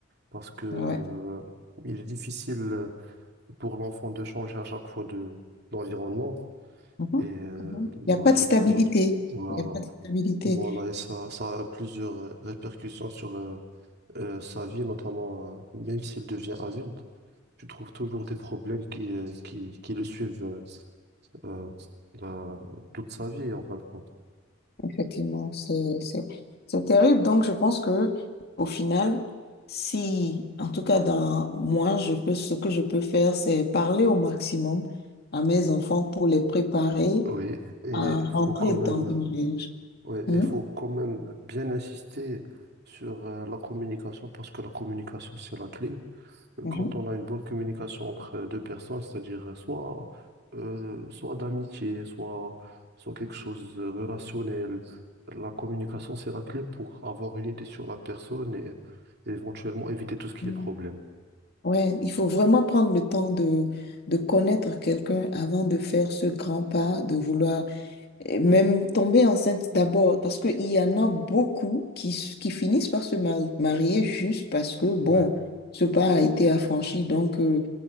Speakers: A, on the right; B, on the left.
A: parce que, euh,
B: Ouais.
A: il est difficile. pour l'enfant de changer à chaque fois de d'environnement.
B: Mhm.
A: Et euh,
B: Mhm. Il
A: moi,
B: n'y a pas de
A: je
B: stabilité.
A: trouve. Voilà.
B: Il n'y a pas de stabilité.
A: Voilà. Et ça, ça a plusieurs euh, répercussions sur euh, euh, sa vie, notamment euh, même s'il devient adulte, tu trouves toujours des problèmes qui, euh, qui, qui le suivent euh, euh, bah, toute sa vie, en fin de compte.
B: Effectivement, c'est, c'est, c'est terrible. Donc, je pense que au final, si, en tout cas, dans moi, je peux, ce que je peux faire, c'est parler au maximum à mes enfants pour les préparer
A: Oui, et
B: à rentrer
A: faut quand même,
B: dans une
A: ouais,
B: Mhm,
A: et faut quand même bien insister sur euh, la communication parce que la communication, c'est la clé.
B: mhm.
A: quand on a une bonne communication entre deux personnes, c'est-à-dire soit, euh, soit d'amitié, soit, soit quelque chose de relationnel, la communication, c'est la clé pour avoir une idée sur la personne et, et éventuellement éviter tout ce qui
B: Mm.
A: est problème.
B: Ouais, il faut vraiment prendre le temps de, de connaître quelqu'un avant de faire ce grand pas, de vouloir euh, même tomber enceinte d'abord, parce qu'il y en a beaucoup qui, s- qui finissent par se mari- marier juste parce que, bon,
A: Ouais,
B: ce pas a été affranchi, donc euh,